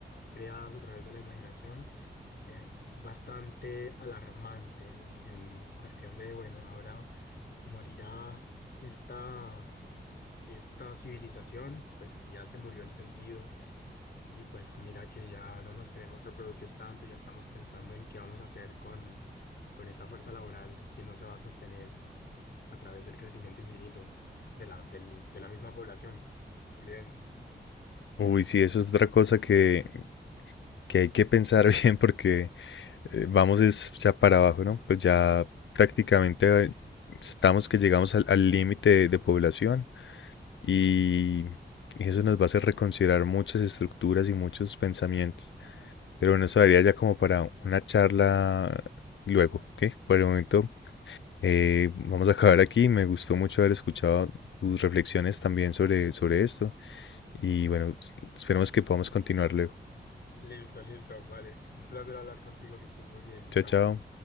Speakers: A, on the left; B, on the left.
A: creadas a través de la imaginación, es bastante alarmante en, en cuestión de, bueno, ahora morirá esta, esta civilización, pues si ya se murió el sentido y pues mira que ya no nos queremos reproducir tanto, ya estamos pensando en qué vamos a hacer con, con esta fuerza laboral que no se va a sostener a través del crecimiento infinito de la, del- de la misma población. También.
B: Uy, sí, eso es otra cosa que, que hay que pensar <laughs> bien porque eh, vamos es ya para abajo, ¿no? Pues ya prácticamente eh, estamos que llegamos al al límite de, de población y, y eso nos va a hacer reconsiderar muchas estructuras y muchos pensamientos. Pero bueno, eso daría ya como para una charla luego, ¿ok? Por el momento eh, vamos a acabar aquí. Me gustó mucho haber escuchado tus reflexiones también sobre, sobre esto y bueno, s- esperemos que podamos continuar luego.
A: Listo, listo, vale. Un placer hablar contigo, que estés muy bien.
B: Chao,
A: Chao.
B: chao.